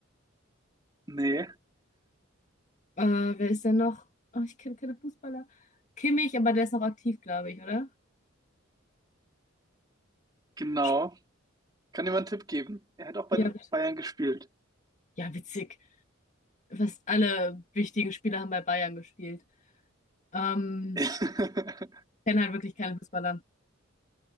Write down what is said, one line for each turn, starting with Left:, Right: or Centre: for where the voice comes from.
Right: nee,
Left: Äh, wer ist denn noch? Oh, ich kenne keine Fußballer. Kimmich, aber der ist noch aktiv, glaube ich, oder?
Right: genau.
Left: Sp-
Right: Kann dir mal einen Tipp geben. Er hat auch bei
Left: Ja,
Right: den
Left: wit-
Right: Bayern gespielt.
Left: ja, witzig. Fast alle wichtigen Spieler haben bei Bayern gespielt. Ähm,
Right: <laughs>
Left: kenne halt wirklich keine Fußballer.